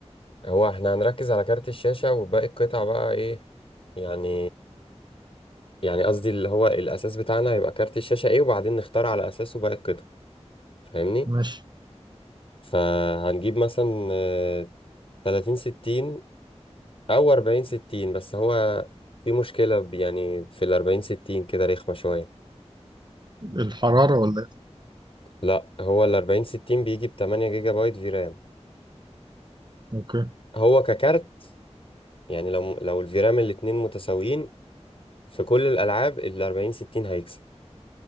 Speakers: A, on the left; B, on the right.
A: هو احنا هنركز على كارت الشاشه وباقي القطع بقى ايه يعني يعني قصدي اللي هو الاساس بتاعنا هيبقى كارت الشاشه ايه وبعدين نختار على اساسه باقي القطع فاهمني
B: ماشي
A: فهنجيب مثلا آه، تلاتين ستين أو أربعين ستين بس هو في مشكلة ب- يعني في الأربعين ستين كده رخمة شوية
B: الحرارة ولا ايه؟
A: لا هو الأربعين ستين بيجي بتمانية جيجا بايت في رام
B: اوكي
A: هو ككارت يعني لو لو الفيرام الاتنين متساويين في كل الألعاب الأربعين ستين هيكسب